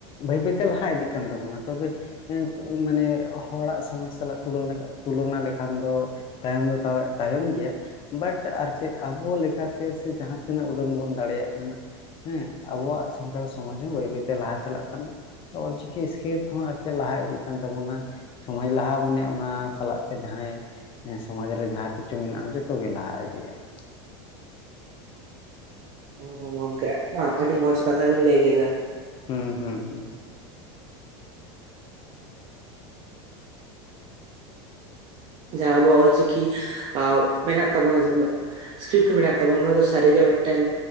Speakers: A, on the left; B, on the right.
A: ᱵᱟᱹᱭ ᱵᱟᱹᱭ ᱛᱮ ᱞᱟᱦᱟ ᱤᱫᱤᱜ ᱠᱟᱱ ᱛᱟᱵᱚᱱᱟ ᱾ ᱛᱚᱵᱮ ᱦᱮᱸ ᱛᱚ ᱢᱟᱱᱮ ᱦᱚᱲᱟᱜ ᱥᱚᱢᱟᱡᱽ ᱥᱟᱞᱟᱜ ᱛᱩᱞᱚᱱᱟ ᱞᱮᱠᱷᱟᱱ ᱫᱚ ᱛᱟᱭᱚᱢ ᱫᱚ ᱛᱟᱣᱮᱜ ᱛᱟᱭᱚᱢ ᱜᱮᱭᱟ ᱾ ᱵᱟᱴ ᱟᱨ ᱪᱮᱫ ᱟᱵᱚ ᱞᱮᱠᱟ ᱛᱮ ᱥᱮ ᱡᱟᱦᱟᱸ ᱛᱤᱱᱟᱹᱜ ᱩᱰᱟᱹᱱ ᱵᱚᱱ ᱫᱟᱲᱮᱭᱟᱜ ᱠᱟᱱᱟ ᱦᱮᱸ ᱟᱵᱚᱣᱟᱜ ᱥᱟᱱᱛᱟᱲ ᱥᱚᱢᱟᱡᱽ ᱦᱚᱸ ᱵᱟᱹᱭ ᱵᱟᱹᱭ ᱛᱮ ᱞᱟᱦᱟ ᱪᱟᱞᱟᱜ ᱚᱞ ᱪᱤᱠᱤ ᱤᱥᱠᱨᱤᱯᱴ ᱦᱚᱸ ᱟᱨ ᱪᱮᱫ ᱞᱟᱦᱟ ᱤᱫᱤᱜ ᱠᱟᱱ ᱛᱟᱵᱚᱱᱟ ᱾ ᱥᱚᱢᱟᱡᱽ ᱞᱟᱦᱟᱜ-ᱟ, ᱢᱟᱱᱮ ᱚᱱᱟ ᱥᱟᱞᱟᱜ ᱛᱮ ᱡᱟᱦᱟᱸᱭ ᱦᱮᱸ ᱥᱚᱢᱟᱡᱽ ᱨᱮ ᱡᱟᱦᱟᱸ ᱠᱤᱪᱷᱩ ᱢᱮᱱᱟᱜ-ᱟ ᱡᱚᱛᱚ ᱜᱮ ᱞᱟᱦᱟ ᱤᱫᱤᱜ-ᱟ ᱾
B: ᱦᱚᱸ ᱜᱚᱝᱠᱮ ᱟᱹᱰᱤ ᱢᱚᱸᱡᱽ ᱠᱟᱛᱷᱟ ᱵᱤᱱ ᱞᱟᱹᱭ ᱠᱮᱫᱟ ᱾
A: ᱦᱩᱸ ᱦᱩᱸ ᱦᱩᱸ ᱾
B: ᱡᱟᱦᱟᱸ ᱟᱵᱚᱣᱟᱜ ᱚᱞ ᱪᱤᱠᱤ ᱢᱮᱱᱟᱜ ᱛᱟᱵᱚᱱᱟ <unintelligible> ᱥᱠᱨᱤᱯᱴ ᱢᱮᱱᱟᱜ ᱛᱟᱵᱚᱱᱟ ᱚᱱᱟ ᱫᱚ ᱥᱟᱹᱨᱤ ᱜᱮ ᱢᱤᱫᱴᱮᱱ